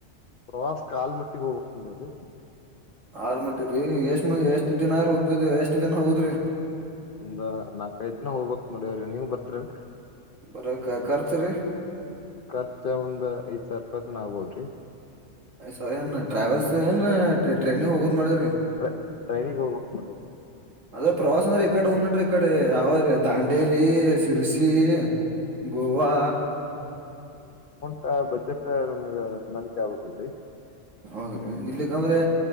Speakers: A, on the left; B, on the right.
A: ಪ್ರವಾಸ್ ಕಾಲ್ ಮಟ್ಟಿಗೆ ಹೋಗ್ಬೇಕಕ್ ನಡರಿ
B: ಹಾಲ್ ಮಾಟಿರಿೀ ಎಷ್ಟ ಮ ಎಷ್ಟ್ ದಿನಾರ ಹೋಗ್ತ ಎಷ್ಟ್ ದಿನ ಹೋಗುದ್ರಿ
A: ಒಂದ್ ನಾಲ್ಕೈಐ್ ದಿನ ಹೋಗ್ಬೇಕಕ್ ಮಾಡ್ಯವ್ರಿ ನೀವ್ ಬರ್
B: ಬರ ಖರ್ಚರಿ
A: ಖರ್ಚ ಒಂದ ಐದ್ ಸಾವಿರ ಇತ್ನ ಆಗ್ಬೋದ್ರಿ
B: ಯ್ ಸರಿ ಏನ್ ಟ್ರಾವೆಲ್ಸ್ ಏನ್ ಟ್ರೈನಿಗೆ ಹೋಗೋದ ಮಾಡಿದ್ರಿ
A: ಅದೇ ಟ್ರೈನ್ ಹೋಗಬೇಕು ಮಾಡುವ
B: ಅದ ಪ್ರವಾಸ ಅಂದ್ರೆ ಈ ಕಡೆ ಹೋಗ್ ನಡ್ರಿ ಈ ಕಡೆ ಯಾವ ರೀ ದಾಂಡೇಲಿ ಸಿರ್ಸಿ ಗೋವಾ
A: ಉಂಟಾ ಬಜೆಟ್ ನಮ್ಗ ನನ್ಕೆ ಆಬಕ್ಲ್ರಿ
B: ಹೌದ್ರಿ ಇಲ್ಲಿಕ್ಕಂದ್ರೆ